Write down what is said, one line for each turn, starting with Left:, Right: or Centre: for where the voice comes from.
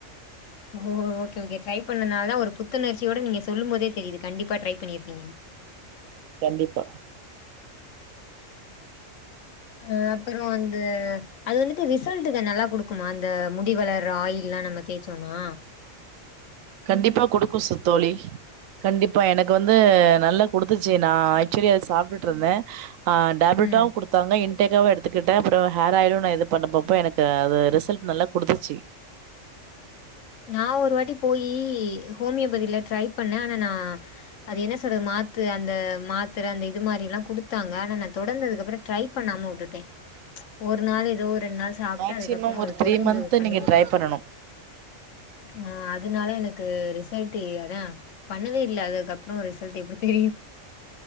Left: ஓ ஓகே ஓகே ட்ரை பண்ணனால தா ஒரு புத்துணர்ச்சியோட நீங்க சொல்லு போதே தெரியுது கண்டிப்பா ட்ரை பண்ணிருப்பீங்கன்னு
Right: கண்டிப்பா
Left: ஆ அப்றோ வந்து அது வந்துட்டு ரிசல்ட்டுக்கு நல்லா குடுக்குமா அந்த முடி வளர்ர ஆயில்லா நம்ம தேச்சோனா
Right: கண்டிப்பா குடுக்கு சுத் தோழி கண்டிப்பா எனக்கு வந் ந்து நல்லா குடுத்துச்சு நா ஆக்சுவலி அத சாப்டுட்ருந்தே ஆ டேப்லெட்டாவு
Left: ம்
Right: குடுத் தாங்க இன்டேக்காவ எடுத்துக்கிட்டே அப்றோ ஹேர் ஆயிலு நா இது பண்ணப்பப்ப எனக்கு அது ரிசல்ட் நல்லா குடுத்துச்சு
Left: நா ஒரு வாட்டி போயி ஹோமியோபதியில ட்ரை பண்ணே ஆனா நா அது என்ன சொல்றது மாத்து அந்த மாத்தர அந்த இது மாரில்லா குடுத்தாங்க ஆனா நா தொடர்ந்து அதுக்கப்றோ ட்ரை பண்ணாம உட்டுட்டே ச் ஒரு நாள் ஏதோ ரெண் நாள் சாப்ட்டு
Right: மேக்சிமம்
Left: அதுக்கப்பற அது
Right: ஒரு த்ரீ
Left: தொடர்ந்து
Right: மந்த்து
Left: கண்டுனி
Right: நீங்க ட்ரை
Left: பண்
Right: பண்ணணு
Left: ஆஹ் அதனால எனக்கு ரிசல்ட்டு அதா பண்ணவே இல்ல அதுக்கபற ரிசல்ட் எப்டி